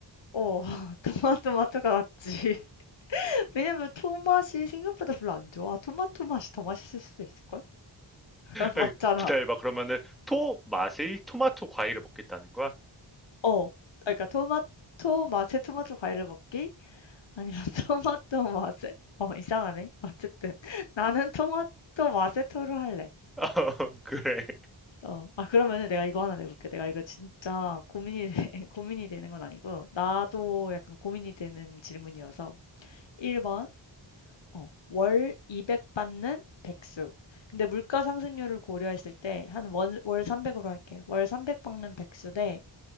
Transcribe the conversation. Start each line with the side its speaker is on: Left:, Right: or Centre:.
Left: 어 <laughs> 토마토마토가 낫지. <laughs> 왜냐면 토맛이 생각보다 별로 안 좋아. 토마토 맛이 더 맛있을 수도 있을걸? <laughs> 맞잖아.
Centre: 에, 기다려봐 그러면은 토 맛의 토마토 과일을 먹겠다는 거야
Left: 어. 아 그러니까 토마토 맛에 토마토 과일을 먹기 아니면 <laughs> 토마토 맛에 어 이상하네. 어쨌든 <laughs> 나는 토마토 맛에 토를 할래.
Centre: <laughs> 그래
Left: 어, 아, 그러면은 내가 이거 하나 내볼게. 내가 이거 진짜 고민이, 되- <laughs> 고민이 되는 건 아니고, 나도 약간 고민이 되는 질문이어서. 1번, 어, 월 200 받는 백수. 근데 물가 상승률을 고려했을 때 한 월, 월 300으로 할게. 월 300 받는 백수 대